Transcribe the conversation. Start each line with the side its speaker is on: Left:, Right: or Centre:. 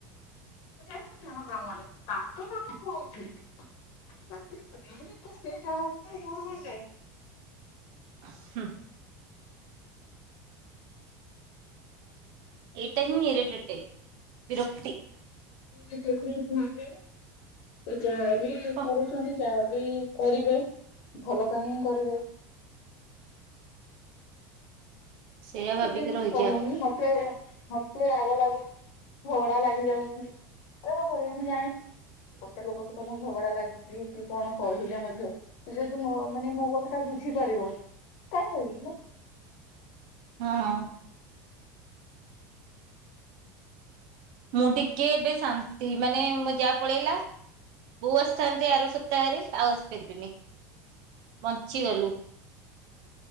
Left: ଯାଇ ତାଙ୍କ କାମରେ ତାଙ୍କ କାମ କହୁଛି ସ୍ତ୍ରୀ ସେଇଟା ହଉଛି କଣ କ ଯାଏ
Right: ହୁଁ ଏଇ ଟା ହଁ ଇରରିତଟିଂ ବିରକ୍ତି।
Left: ସେଥିାଇ ନ ଯାହାବ
Right: ହଁ
Left: କରୁଛନ୍ତି। ଯାହା ବି କରିବେ ଭଲ ପାଇଁ ହିଁ କରିବେ।
Right: ସେଇଆ ଭାବିକି
Left: ଯେ କହନି
Right: ରହିଯା
Left: ହତେ <unintelligible> ଭତରେ ରାଗ ଲାଗୁଛି ଝଗଡା ଲାଗି ଯାଉଛି କପିବ ମୁଁ ଜାଣିଛି ଗୋଟେ ଲୋକ ସହିତ ମୁଁ ଝଗଡା ଲାଗିବି କି କଣ କହିଲେ ମଧ୍ୟ ତୁ ଯଦି ମୋ ମାନେ ମୋ କଥା ଟା ବୁଝିପାରିବନି କଣ କହିବିଥିଲ।
Right: ହଁ ମୁଁ ଟିକେ ଏବେ ଶାନ୍ତି ମାନେ ମ ଯାହା ପଳେଇଲା। ବୋଉ ଆସିଥାନ୍ତେ ଆର ସପ୍ତାହରେ ଆଉ ଆସିପାରିବିନି ବଞ୍ଚିଗଲୁ।